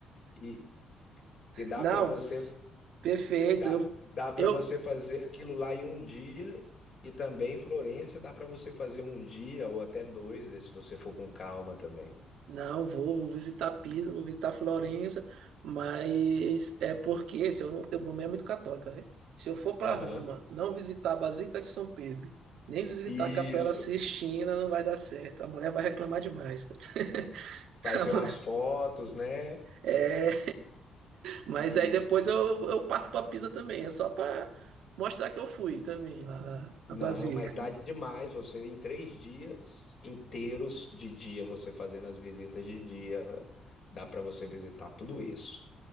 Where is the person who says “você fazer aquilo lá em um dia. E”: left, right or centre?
Left